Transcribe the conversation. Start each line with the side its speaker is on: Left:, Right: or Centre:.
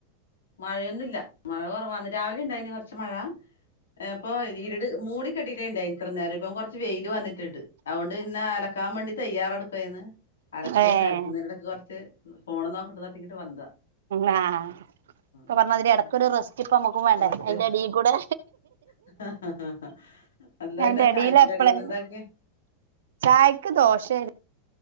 Left: മഴയൊന്നുല്ല മഴ കുറവാന്ന് രാവിലെ ഉണ്ടായിന് കൊറച്ച് മഴ ഇപ്പൊ ഇരുട് മൂടി കെട്ടിട്ടേ ഇണ്ടായിന് എത്ര നേരം ഇപ്പം കൊറച്ച് വെയിയില് വന്നിട്ടിണ്ട് അതൊണ്ട് പിന്നെ അലക്കാൻ വേണ്ടി തയ്യാറെടുക്കുവായിന്ന് അലക്കേ
Right: ഏ ഏ
Left: നിലക്കുന്നതിടൊക്കെ കുറച്ച് ഫോണ് നോക്കിട്ട എന്നട്ട ഇങ്ങിട്ട് വന്നതാണ്
Right: ആ ഇപ്പൊ
Left: ആ
Right: പറഞ്ഞതില് ഇടക്ക ഒരു റെസ്റ്റ് ഇപ്പ നമ്മുക്കും വേണ്ടേ
Left: റസ്റ്റ്
Right: അതിന്റെ അടി കൂടെ
Left: അതെ എന്താ
Right: ൻന്റെറെടിയില
Left: പിന്നെ ചായക്ക്
Right: എപ്പളേ
Left: കടിയെല്ലാം എന്താക്കിയെ
Right: ചായക്ക് ദോശല്ല